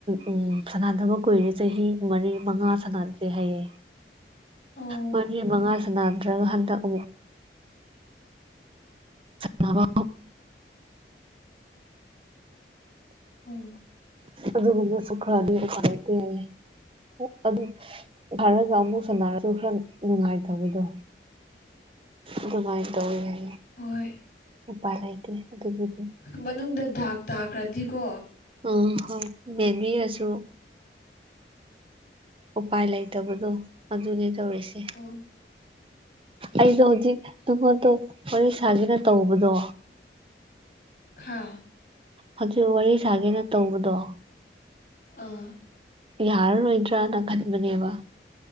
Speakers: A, on the right; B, on the left.
A: ꯎꯝ ꯁꯥꯟꯅꯗꯕ ꯀꯨꯏꯔꯦ ꯆꯍꯤ ꯃꯔꯤ ꯃꯉꯥ ꯁꯅꯗ꯭ꯔꯦ ꯍꯥꯏꯌꯦ
B: ꯑꯣ
A: ꯃꯔꯤ ꯃꯉꯥ ꯁꯟꯅꯗ꯭ꯔꯒ ꯍꯟꯗꯛ ꯑꯃꯨꯛ ꯁꯅꯕ
B: ꯑꯡ
A: ꯑꯗꯨꯒꯨꯝꯁꯨ ꯈ꯭ꯔ <unintelligible> ꯍꯥꯏꯌꯦ ꯑꯗꯨ ꯈꯔꯒ ꯑꯃꯨꯛ ꯁꯅꯔꯁꯨ ꯈꯔ ꯅꯨꯡꯉꯥꯏꯇꯕꯗꯣ ꯑꯗꯨꯃꯥꯏꯅ ꯇꯧꯋꯤ ꯌꯥꯌꯦ
B: ꯍꯣꯏ
A: ꯎꯄꯥꯏ ꯂꯩꯇꯦ ꯑꯗꯨꯕꯨꯗꯤ
B: ꯃꯅꯨꯡꯗ ꯗꯥꯛ ꯇꯥꯈ꯭ꯔꯗꯤꯀꯣ
A: ꯑ ꯍꯣꯏ ꯃꯦꯕꯤ ꯑꯁꯨ ꯎꯄꯥꯏ ꯂꯩꯇꯕꯗꯣ ꯑꯗꯨꯅꯤ ꯇꯧꯔꯤꯁꯦ
B: ꯑꯣ
A: ꯑꯩꯗꯣ ꯍꯧꯖꯤꯛ ꯇꯕꯥꯛꯇꯣ ꯋꯥꯔꯤ ꯁꯥꯒꯤꯅ ꯇꯧꯕꯗꯣ
B: ꯈꯥ
A: ꯍꯖꯤꯛ ꯋꯥꯔꯤ ꯁꯥꯒꯦꯅ ꯇꯧꯕꯗꯣ
B: ꯑꯥ
A: ꯌꯥꯔꯔꯣꯏꯗ꯭ꯔꯅ ꯈꯟꯕꯅꯦꯕ